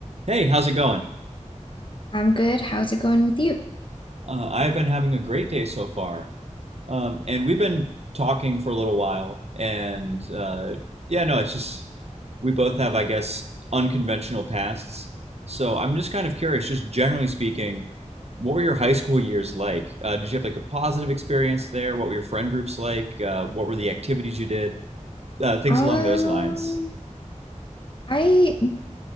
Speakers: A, on the right; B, on the left.
A: Hey, how's it going?
B: I'm good. How's it going with you?
A: Uh, I've been having a great day so far. Um, and we've been talking for a little while. And uh, yeah, no, it's just we both have, I guess, unconventional pasts. So I'm just kind of curious, just generally speaking, what were your high school years like? Uh, did you have like a positive experience there? What were your friend groups like? Uh, what were the activities you did? Uh, things
B: Um,
A: along those lines.
B: I